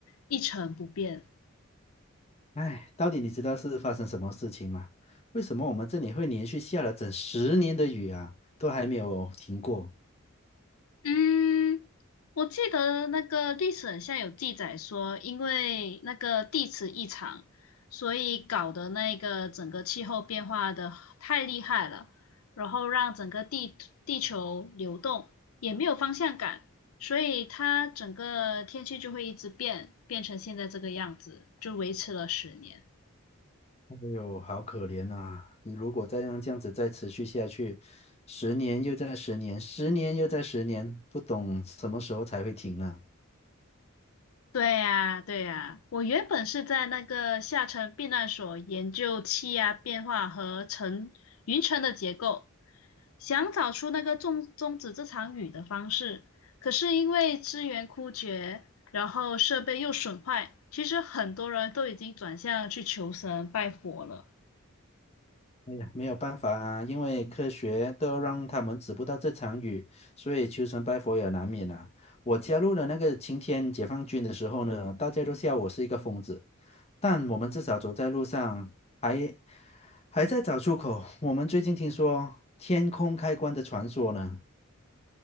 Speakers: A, on the left (about 80°); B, on the left (about 30°).
A: 一成不变。
B: 唉，到底你知道是发生什么事情吗？为什么我们这里会连续下了整十年的雨啊，都还没有停过？
A: 嗯，我记得那个历史很像有记载说，因为那个地磁异常，所以搞得那个整个气候变化的太厉害了，然后让整个地地球流动也没有方向感，所以它整个天气就会一直变，变成现在这个样子，就维持了十年。
B: 哎呦，好可怜啊！你如果再让这样子再持续下去，十年又再十年，十年又再十年，不懂什么时候才会停呢？
A: 对呀，对呀，我原本是在那个下沉避难所研究气压变化和层云层的结构，想找出那个终终止这场雨的方式。可是因为资源枯竭，然后设备又损坏，其实很多人都已经转向去求神拜佛了。
B: 哎呀，没有办法啊，因为科学都让他们止不到这场雨，所以求神拜佛也难免啊。我加入了那个晴天解放军的时候呢，大家都笑我是一个疯子，但我们至少走在路上还还在找出口。我们最近听说天空开关的传说呢，